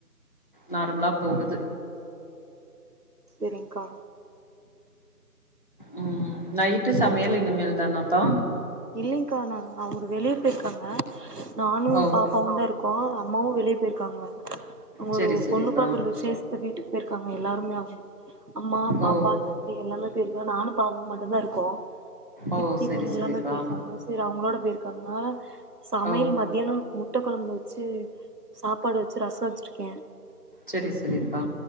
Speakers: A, on the left; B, on the right.
A: நார்மலா போகுது
B: சேரிங்கா
A: ம் நைட்டு சமையல் இனிமேல் தானாப்பா
B: இல்லைங்க்கா நா அவரு வெளிய பெய்ருக்காங்க நானு
A: ஓ
B: பாப் பாவுதா இருக்கோ அம்மாவு வெளிய பொய்ருக்காங்க அங்க
A: செரி
B: ஒரு
A: செரிப்பா
B: பொண்ணு பாக்குற விஷேஷ த்து வீட்டுக்கு பெய்ருக்காங்க எல்லாருமே அங் அம்மா பாப்பா
A: ஓ
B: தம்பி எல்லாம பெய்ருக்காங்க நானு பாப்பாவு மட்டுதா இருக்கோ சித்தி
A: ஓ செரி
B: பொண்ணு
A: செரிப்பா
B: எல்லாமே இருக்காங்க சேரி அவுங்ளோட பெய்ருக்காங்க சமையல்
A: ஓ
B: மத்தியானோ முட்ட கொழம்பு வச்சு சாப்பாடு வச்சு ரசோ வச்சிருக்கே
A: செரி செரிப்பா